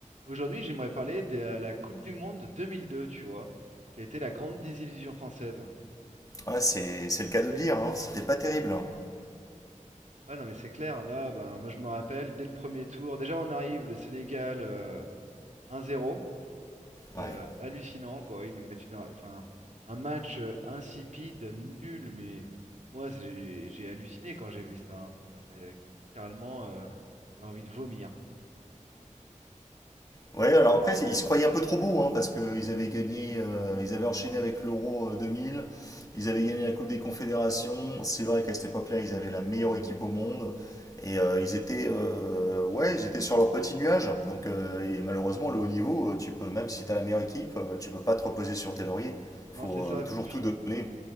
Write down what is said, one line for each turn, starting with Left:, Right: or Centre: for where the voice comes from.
Right: Aujourd'hui, j'aimerais parler de la Coupe du Monde 2002, tu vois, qui a été la grande désillusion française.
Left: Ouais, c'est c'est le cas de le dire, hein. C'était pas terrible. hein.
Right: Ouais, non, mais c'est clair, là, bah, moi je me rappelle, dès le premier tour, déjà on arrive, le Sénégal euh, 1-0, c'était
Left: Ouais.
Right: euh, hallucinant, quoi. Ils nous mettent une, enfin, un match euh, insipide, nul, mais moi j'ai j'ai halluciné quand j'ai vu ça. hein. Ça m'a fait littéralement, euh, j'avais envie de vomir.
Left: Ouais, alors après, ils se croyaient un peu trop beaux, hein, parce qu'ils avaient gagné, euh, ils avaient enchaîné avec l'Euro euh, 2000, ils avaient gagné la Coupe des Confédérations. C'est vrai qu'à cette époque-là, ils avaient la meilleure équipe au monde. Et euh, ils étaient, euh, ouais, ils étaient sur leur petit nuage. Donc, euh, et malheureusement, le haut niveau, euh, tu peux, même si tu as la meilleure équipe, euh, tu peux pas te reposer sur tes lauriers. faut
Right: Non, c'est ça.
Left: euh, toujours
Right: Puis,
Left: tout donner.